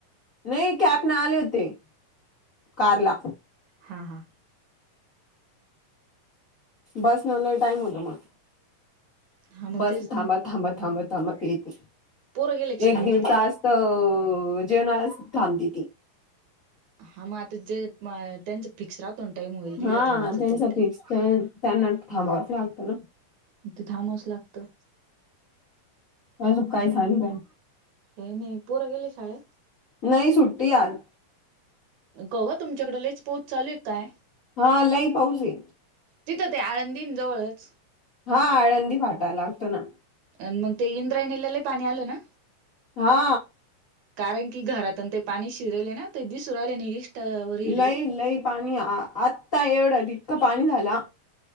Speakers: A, on the left; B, on the right.
A: नाही कॅपन आले होते. कारला
B: हा हा
A: बसनं लई टाईम होतो मग.
B: हा मग
A: बस
B: तेच ना.
A: थांबत थांबत थांबत थांबत येती.
B: पोरं गेले का शाळेत?
A: एक दीड तास तर अ जेवणालाच थांबती ती.
B: हा मग आता जे म- त्यांचं फिक्स राहतो ना टाईम होईल इकडं
A: हा
B: थांबायचं
A: त्यांचा
B: तिथे.
A: फिक्स त्यांना थांबावचं लागतं ना!
B: तिथं थांबावंच लागतं
A: मग झोपायचं आणि काय?
B: हे नाही, पोरं गेले शाळेत?
A: नाही, सुट्टी आज
B: गवा तुमच्याकड लईच पाऊस चालू आहे काय?
A: हा लय पाऊस आहे
B: तिथं ते आळंदीन जवळच?
A: हा आळंदी फाटा लागतो ना.
B: अ मग ते इंद्रायणीला लय पाणी आलं ना.
A: हा.
B: कारण कि घरातन ते पाणी शिरले ना ते दिस राहिले नाही इस्टा वर व्हिडिओ.
A: लई लई पाणी आत्ता एवढं इतकं पाणी झाला.